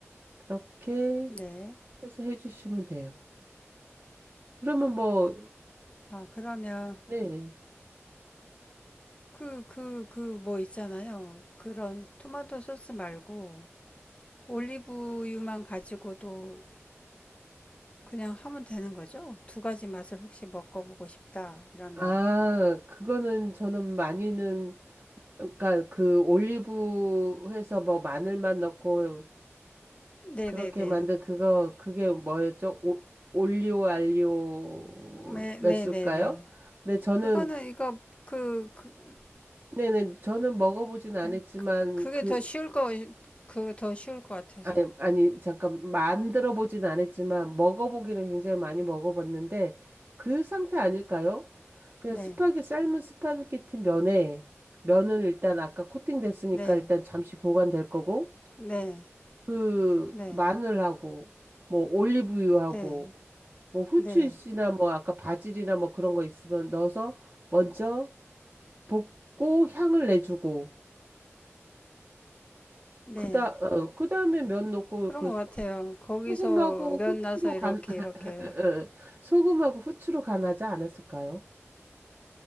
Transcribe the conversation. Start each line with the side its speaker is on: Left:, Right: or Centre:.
Right: 그렇게
Left: 네.
Right: 해서 해주시면 돼요. 그러면 뭐,
Left: 아, 그러면
Right: 네.
Left: 그, 그, 그 뭐 있잖아요. 그런 토마토 소스 말고 올리브유만 가지고도 그냥 하면 되는 거죠? 두 가지 맛을 혹시 먹어보고 싶다 이러면.
Right: 아, 그거는 저는 많이는, 그러니까 그 올리브 해서 뭐 마늘만 넣고
Left: 네네네.
Right: 그렇게 만든 그거 그게 뭐였죠? 오, 올리오 알리오였을까요?
Left: 네, 네네네.
Right: 근데 저는
Left: 그거는 이거 그, 그,
Right: 네네 저는 먹어보진 않았지만
Left: 아니, 그게
Right: 그
Left: 더 쉬울 거, 그 더 쉬울 것 같아서.
Right: 아니 아니 잠깐 만들어 보진 않았지만 먹어보기는 굉장히 많이 먹어봤는데 그 상태 아닐까요? 그냥
Left: 네,
Right: 스파게 삶은 스파게티 면에 면은 일단 아까 코팅됐으니까
Left: 네,
Right: 일단 잠시 보관될 거고
Left: 네,
Right: 그
Left: 네,
Right: 마늘하고 뭐 올리브유하고
Left: 네,
Right: 뭐 후추잎이나
Left: 네,
Right: 뭐 아까 바질이나 뭐 그런 거 있으면 넣어서 먼저 볶고 향을 내주고
Left: 네.
Right: 그다 어, 그다음에 면 넣고
Left: 그런
Right: 그
Left: 것
Right: 소-
Left: 같아요. 거기서
Right: 소금하고
Left: 면
Right: 후추로
Left: 나서 이렇게,
Right: 간 <laughs>
Left: 이렇게.
Right: 소금하고 후추로 간하지 않았을까요?